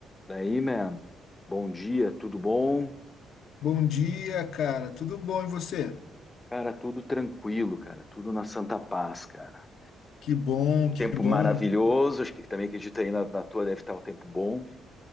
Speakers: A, on the left (about 20°); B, on the left (about 75°).
A: Daí, man, bom dia, tudo bom?
B: Bom dia, cara. Tudo bom e você?
A: Cara, tudo tranquilo, cara, tudo na Santa Paz, cara.
B: Que bom, que
A: Tempo
B: bom.
A: maravilhoso, acho que também acredito aí na, na tua deve estar o tempo bom.